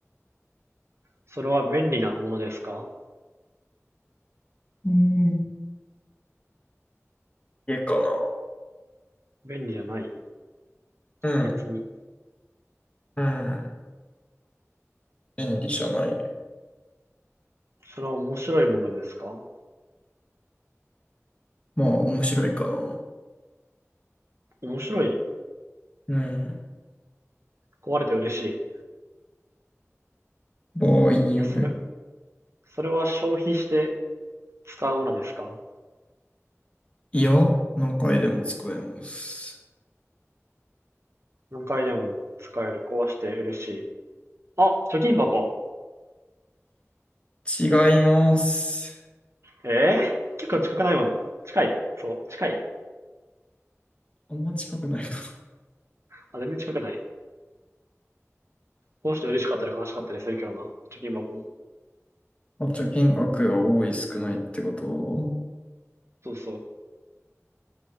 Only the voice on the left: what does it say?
うん。家かな。
うん。
うん。便利じゃないね。
まあ、面白いかな。
うん。
場合による。
いや、何回でも使えます。
違います。
あんま近くないか
な。あ、貯金額が多い少ないってこと